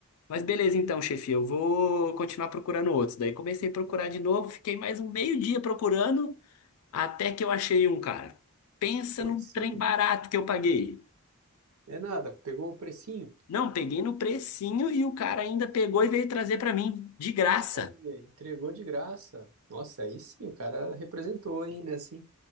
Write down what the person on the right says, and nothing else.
pô,
aí sim,
é nada, pegou o precinho.
Olha, entregou de graça. Nossa, aí sim, o cara representou, hein, né, assim.